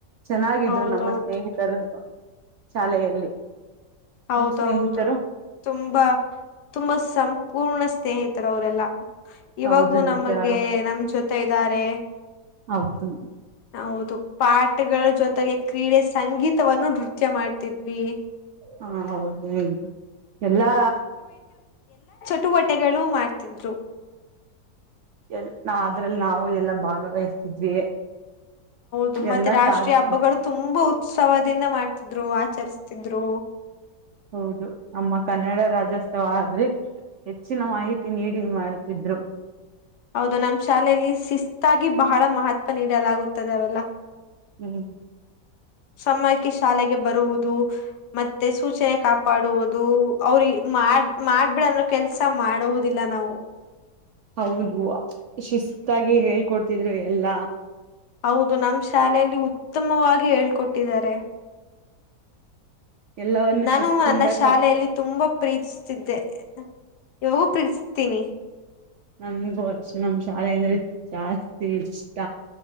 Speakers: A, on the right; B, on the left.
A: ಚೆನ್ನಾಗಿದ್ರು
B: ಹೌದೌದು
A: ನಮ್ಮ ಸ್ನೇಹಿತರು ಶಾಲೆಯಲ್ಲಿ
B: ಹೌದೌದು
A: ನಿಮ್ ಸ್ನೇಹಿತರು
B: ತುಂಬಾ ತುಂಬಾ ಸಂ ಪೂರ್ಣ ಸ್ನೇಹಿತರ ಅವರೆಲ್ಲ ಇವಾಗೂ
A: ಹೌದು ನಿಜಾರು
B: ನಮಗೆ ನಮ ಜೊತೆ ಇದ್ದಾರೆ
A: ಹೌದು
B: ಹೌದು ಪಾಠಗಳ ಜೊತೆಗೆ ಕ್ರೀಡೆ ಸಂಗೀತವನ್ನು ನೃತ್ಯ ಮಾಡ್ತಿದ್ವಿ.
A: ಹಾ ಹೌದು ಎಲ್ಲಾ
B: ಟ್ಟ <unintelligible> ಬಟ್ಟೆಗಳು ಮಾಡ್ತಿದ್ರು.
A: ಎಲ್ ನಾ ಅದ್ರಲ್ಲಿ ನಾವು ಎಲ್ಲಾ ಭಾಗವಹಿಸ್ತಿದ್ವಿ.
B: ತು ಮತ್ತ
A: ಎಲ್ಲಾ
B: ರಾಷ್ಟ್ರೀಯ
A: ಕಾರ್ಯ
B: ಹಬ್ಬಗಳು ತುಂಬಾ ಉತ್ಸವದಿಂದ ಮಾಡ್ತಿದ್ರು ಆಚರಿಸ್ತಿದ್ರು.
A: ಹೌದು ನಮ್ಮ ಕನ್ನಡ ರಾಜ್ಯ ಜೋತ್ಸವ ಆದ್ರೆ ಹೆಚ್ಚಿನ ಮಾಹಿತಿ ನೀಡಿ ಮಾಡ್ತಿದ್ರು.
B: ಹೌದು ನಮ್ಮ ಶಾಲೆಯಲ್ಲಿ ಶಿಸ್ತಾಗಿ ಬಹಳ ಮಹತ್ವ ನೀಡಲಾಗುತ್ತದೆ ಅವೆಲ್ಲ.
A: ಹ್ಮ್
B: ಸಮಯಕ್ಕೆ ಶಾಲೆಗೆ ಬರುವುದು ಮತ್ತೆ ಸೂಚನೆ ಕಾಪಾಡುವುದು ಅವ್ರೀಗ ಮಾಡ ಮಾಡ್ಬಿಡ ಅಂದ್ರ ಕೆಲ್ಸ ಮಾಡುವುದಿಲ್ಲ ನಾವು.
A: ಹೌದು ಶಿಸ್ತಾಗಿ ಹೇಳ್ಕೊಡ್ತಿದ್ರು ಎಲ್ಲಾ.
B: ಹೌದು ನಮ್ಮ ಶಾಲೆಯಲ್ಲಿ ಉತ್ತಮವಾಗಿ ಹೇಳ್ಕೊಟ್ಟಿದ್ದಾರೆ.
A: ಎಲ್ಲವನ್ನು
B: ನಾನು
A: ಶಿಸ್ತಿಂದ
B: ನನ್ನ ಶಾಲೆಯಲ್ಲಿ
A: ಕಲ್
B: ತುಂಬಾ ಪ್ರೀತಿಸ್ತಿದ್ದೆ ಇವಾಗೂ ಪಿರಸ್ತೀನಿ.
A: ನಮಗೂ ಅಷೆ ನಮ್ ಶಾಲೆ ಅಂದ್ರೆ ಜಾಸ್ತಿ ಇಷ್ಟ.